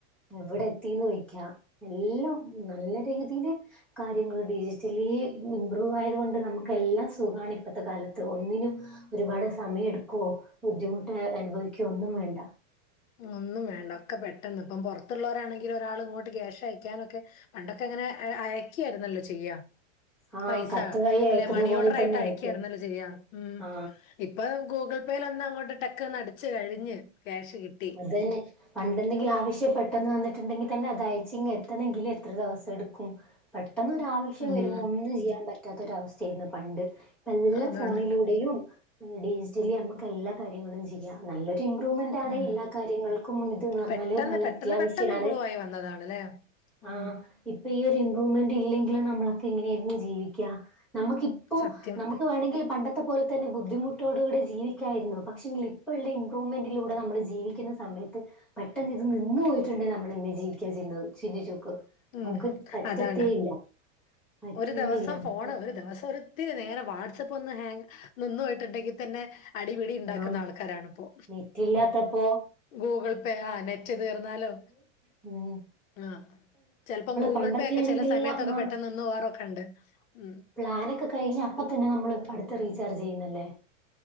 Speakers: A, in the centre; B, on the left.
A: എവിടെ വയ്ക്ക എല്ലാം നല്ല രീതിയില് കാര്യങ്ങള് ഡിജിറ്റലി ഇംമ്പ്രൂവ് ആയത കൊണ്ടു നമുക്ക് എല്ലാം സുഖമാണ് ഇപ്പോഴത്തെ കാലത്ത് ഒന്നിനും ഒരുപാട് സമയം എടുക്കുവയോ ബുദ്ധിമുട്ട് അനുഭവിക്കുകയോ ഒന്നും വേണ്ട
B: ഒന്നും വേണ്ട ഒക്കെ പെട്ടെന്ന് ഇപ്പം പുറത്തുള്ളവരാണെങ്കിലും ഒരാൾ ഇങ്ങോട്ട് ക്യാഷ് അയക്കാനൊക്കെ പണ്ടൊക്കെ ഇങ്ങനെ അയക്കയായിരുന്നല്ലോ ചെയ്യാ
A: ആ
B: പൈസ
A: കത്ത് വഴി
B: അല്ലെ
A: അയക്കുന്ന
B: മണി ഓർഡർ
A: പോലെ
B: ആയിട്ട്
A: തന്നെ
B: അയക്കായായിരുന്നല്ലോ
A: അയക്കും
B: ചെയ്യാം ഉം
A: ആ
B: ഇപ്പ ഗൂഗിൾ പേയിൽ ഒന്ന് അങ്ങോട്ട് ടക്ക് അടിച്ച് കഴിഞ്ഞ ക്യാഷ് കിട്ടി
A: അത് തന്നെ പണ്ടെന്തെങ്കിലും ആവശ്യ പെട്ടെന്ന് വന്നിട്ടുണ്ടെങ്കിൽ തന്നെ അത് അയച്ച് ഇങ് എത്തണെങ്കിലും എത്ര ദിവസം എടുക്കും പെട്ടെന്ന് ഒരു ആവശ്യം
B: ഉം
A: വരുമ്പോൾ ഒന്നും ചെയ്യാൻ പറ്റില്ല പറ്റാത്തൊര അവസ്ഥയായിരുന്നു പണ്ട് ഇപ്പ എല്ലാം
B: അതാണ്
A: ഫോണിലൂടെയും ഡിജിറ്റലി നമുക്ക് എല്ലാ കാര്യങ്ങളും ചെയ്യാം നല്ലൊരു ഇമ്പ്രൂവ്മെന്റ് ആണെ
B: ഉം
A: എല്ലാ കാര്യങ്ങൾക്കും ഇത്ന്ന്ന് പറഞ്ഞാല്
B: പെട്ടെന്ന്
A: നല്ല
B: പെട്ടെന്ന്
A: അത്യാവശ്യമാണ്
B: പെട്ടെന്ന് ഇമ്പ്രൂവ് ആയി വന്നതാണ് അല്ലേ ഉം
A: ആഹ ഇപ്പൊ ഈ ഒരു ഇമ്പ്രൂവ്മെന്റ് ഇല്ലെങ്കിലും നമ്മളൊക്കെ എങ്ങനെയായിരുന്നു ജീവിക്ക നമുക്ക് ഇപ്പോ
B: സത്യം
A: നമുക്ക് വേണമെങ്കിൽ പണ്ടത്തെ പോലെ തന്നെ ബുദ്ധിമുട്ടോടുകൂടെ ജീവിക്കായിരുന്നു പക്ഷെങ്കിൽ ഇപ്പോ ഉള്ള ഇമ്പ്രൂവ്മെന്റിലൂടെ നമ്മൾ ജീവിക്കുന്ന സമയത്ത് പെട്ടന്ന്‌ ഇത് നിന്നു പോയിട്ടുണ്ട് നമ്മൾ എങ്ങനെ ജീവിക്ക ചിന്തിച്ചോക്ക്
B: ഉം
A: നമുക്ക് പറ്റത്തേ
B: അതാണ്
A: ഇല്ല പറ്റുന്നില്ല
B: ഒരു ദെവസം
A: നമുക്ക്
B: ഫോണ് ഒരു ദിവസം ഒരു- ഇത്തിരി നേരം വാട്സആപ്പ് ഒന്ന് ഹാങ് നിന്ന്‌ പോയിട്ടുണ്ടെങ്കിൽ തന്നെ അടിപിടി ഉണ്ടാക്കുന്ന
A: ആഹ്
B: ആൾക്കാരാണിപ്പോ
A: നെറ്റില്ലാത്തപ്പോ
B: ഗൂഗിൾ പേ ആനെറ്റ് നെറ്റ് തീർന്നാല്ലോ
A: മ് -
B: ആഹ് ചെലപ്പോ ഗൂഗിൾ
A: പണ്ടൊക്കെയാണെങ്കില്
B: പേ ഒക്കെ ചില സമയത്തൊക്കെ
A: ആഹ്
B: പെട്ടെന്ന് നിന്ന പോവാറൊക്കെ ഉണ്ട് ഉം-
A: പ്ലാനൊക്കെ കഴിഞ്ഞാ അപ്പ തന്നെ നമ്മൾ അടുത്ത് റീചാർജ് ചെയ്യുന്നല്ലേ